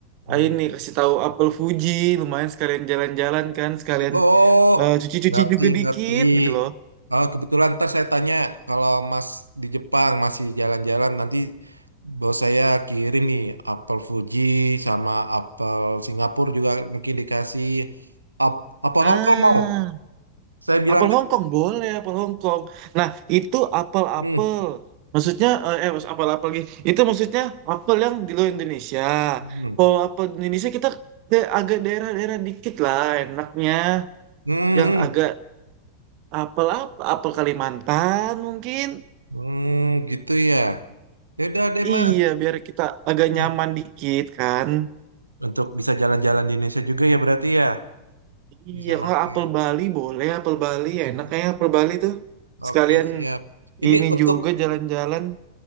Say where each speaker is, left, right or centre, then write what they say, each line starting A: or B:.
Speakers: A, on the right (about 85°); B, on the right (about 45°).
A: Hmm.
B: ah, ini kasih tahu apel Fuji, lumayan sekalian jalan-jalan kan, sekalian
A: oh
B: eh, cuci-cuci
A: ngerti
B: juga dikit
A: ngerti
B: gitu loh.
A: oh kebetulan ntar saya tanya kalau Mas di Jepang masih jalan-jalan nanti bos saya kirim nih apel Fuji sama apel Singapura juga mungkin dikasih Ap apel
B: Nah,
A: Hongkong mau saya bilang
B: Apel Hongkong boleh, apel Hongkong. Nah, itu apel-apel.
A: hmm
B: Maksudnya eh eh, maksud- apel-apel lagi. Itu maksudnya apel yang di luar Indonesia.
A: hmm
B: Kalau apel di Indonesia kita ke agak daerah-daerah dikit lah enaknya
A: hmm,
B: yang
A: hmm.
B: agak apel apa apel Kalimantan mungkin.
A: Hmm, gitu ya ya udah deh
B: Iya,
A: Mas
B: biar kita agak
A: Nah,
B: nyaman dikit kan.
A: untuk bisa jalan-jalan di Indonesia juga ya berarti ya
B: Iya,
A: bisa pakai
B: nggak apel Bali boleh, apel Bali
A: di sini
B: enak kayak apel Bali tuh.
A: Oke,
B: Sekalian
A: siap. Ini
B: ini
A: untuk
B: juga jalan-jalan.